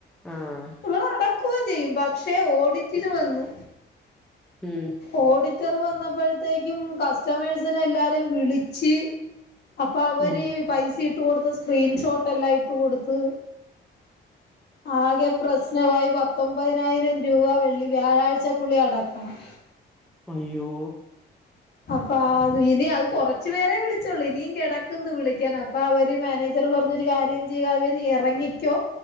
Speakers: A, in the centre; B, on the left.
A: ആഹ്
B: ഇവളട ക്കോം ചെയ്യും പക്ഷെ ഓഡിറ്റിന് വന്നു.
A: ഉം
B: ഓഡിറ്റർ വന്നപ്പഴ്ത്തേക്കും കസ്റ്റമേഴ്സിനെ എല്ലാരേം വിളിച്ച് അപ്പൊ അവര്
A: ഉം
B: പൈസ ഇട്ട് കൊടുത്ത സ്ക്രീൻഷോട്ട് എല്ലാം ഇട്ട് കൊടുത്ത് ആകെ പ്രശ്നമായി പത്തൊമ്പതിനായിരം രൂപ വെള്ളി വ്യാഴാഴ്ചക്കുള്ളിൽ അടക്കണം
A: അയ്യോ
B: അപ്പൊ ആ ഇനി അത് കൊറച്ചു പേരേ വിളിച്ചൊള്ളൂ ഇനിയും കെടക്കന്ന് വിളിക്കാൻ അപ്പൊ അവര് മാനേ ജറ് പറഞ്ഞു ഒര് കാര്യം ചെയ്യ ചെയ്യ് കാവ്യേ നീ എറങ്ങിക്കോ